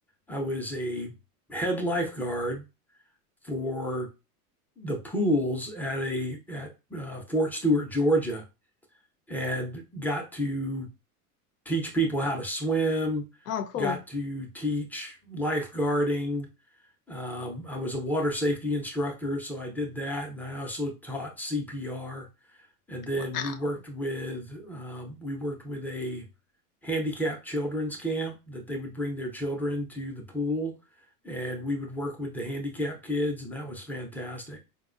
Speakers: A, in the centre; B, on the left.
A: I was a head lifeguard for the pools at a at uh, Fort Stewart, Georgia, and got to teach people how to swim,
B: Oh, cool.
A: got to teach lifeguarding. Um, I was a water safety instructor, so I did that, and I also taught CPR and then
B: Wow,
A: we worked with um, we worked with a handicapped children's camp that they would bring their children to the pool and we would work with the handicapped kids and that was fantastic